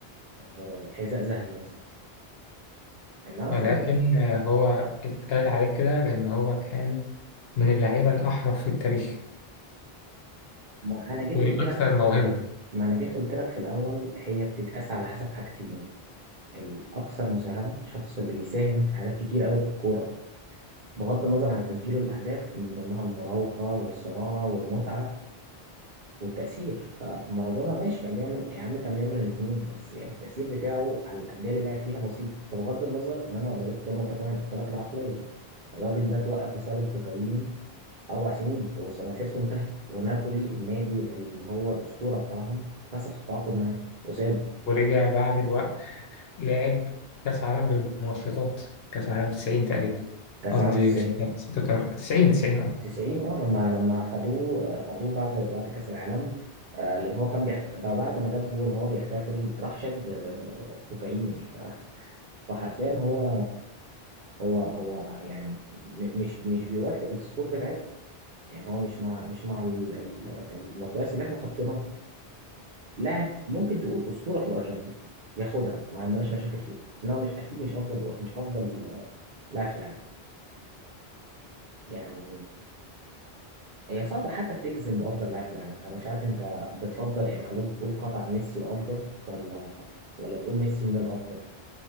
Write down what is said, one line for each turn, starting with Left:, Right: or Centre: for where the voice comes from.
Right: آه، حذاء ذهبي مثلا انما مثلا
Left: ولكن آه، هو اتقال عليه كده لان هو كان من اللعيبة الاحرف في التاريخ
Right: ما انا جيت
Left: والاكثر
Right: قلت لك
Left: موهبة
Right: ما انا جيت قلت لك في الاول هي بتتقاس على حسب حاجتين الأكثر مساهمة الشخص اللي بيساهم في حاجات كتير قوي في الكورة بغض النظر عن تسجيله الأهداف من ضمنها المراوغة والصناعة والمتعة والتأثير فمارادونا ماشي كان بيعمل يا عم كان بيعمل الاتنين بس يعني التأثير بتاعه على الأندية اللي لعب فيها بسيط فبغض النظر إن أنا زودت نقطة كمان قلت لك العقلية الراجل ده اتوقف بسبب الكوكايين أربع سنين ومسيرته انتهت ونابولي النادي اللي هو الأسطورة بتاعهم فسخ التعاقد معاه وسابه
Left: ورجع بعد الوقت لعب كأس عالم بالمنشطات كأس عالم 90 تقريبا
Right: كأس
Left: قصدي
Right: عالم 90
Left: مش 90 90 اه
Right: 90 اه لما لما خدوه آه، خدوه بعد بعد كأس العالم آه، لأن هو كان بيحت... ده بعد ما جاب جون وهو بيحتفل راح شد آه، كوكايين ف- فحرفيا هو هو هو يعني م- مش مش بيوافق الصور بتاعتنا يعني هو مش مع مش مع ال- ال- المقياس اللي احنا حطيناه لاعب ممكن تقول أسطورة في الأرجنتين ياخدها ما عندناش مشاكل فيها انما مش اكيد مش افضل مش افضل آه، لاعب في العالم يعني هي صعبة حتى تجزم بأفضل لاعب في العالم أنا مش عارف أنت بتفضل يعني خلاص بتقول قطع ميسي الأفضل ولا ولا بتقول ميسي من الأفضل